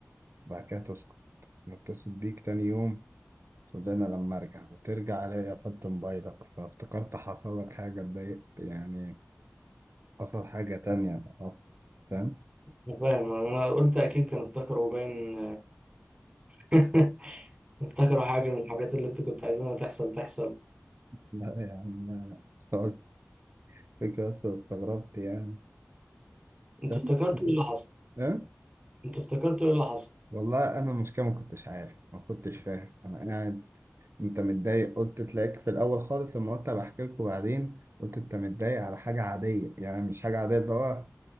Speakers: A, on the right (about 60°); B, on the right (about 15°).
A: بعد كده تسكت نتصل بيك تاني يوم تقول لنا لما ارجع وترجع الاقي قفلت موبايلك فافتكرت حصل لك حاجة اتضايقت يعني حصل حاجة تانية أه. فاهم
B: انا فاهم انا قلت اكيد كانوا افتكروا باين <laughs> افتكروا حاجه من الحاجات اللي انتوا كنتوا عايزينها تحصل تحصل
A: لا يا عم لا، لا. خلاص فكرة بس استغربت يعني
B: انتوا
A: فاهم
B: افتكرتوا
A: بس <laughs>
B: ايه اللي حصل
A: ايه
B: انتوا افتكرتوا ايه اللي حصل
A: والله انا المشكله ما كنتش عارف ما كنتش فاهم انا قاعد انت متضايق قلت تلاقيك في الاول خالص لما قلت بحكي لكم بعدين قلت انت متضايق على حاجه عاديه يعني مش حاجه عاديه اللي هو